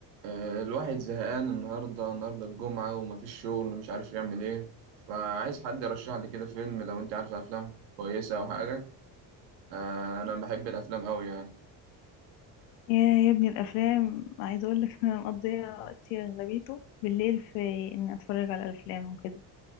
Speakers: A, on the right; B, on the left.
A: آه، الواحد زهقان النهاردة النهاردة الجمعة ومفيش شغل مش عارف يعمل ايه فعايز حد يرشح لي كده فيلم لو انت عارف افلام كويسة او حاجة آه، انا بحب الافلام اوي يعني
B: يا يا ابني الافلام عايزه اقول لك انا مقضيه وقتي اغلبيته بالليل في ان اتفرج على الافلام وكده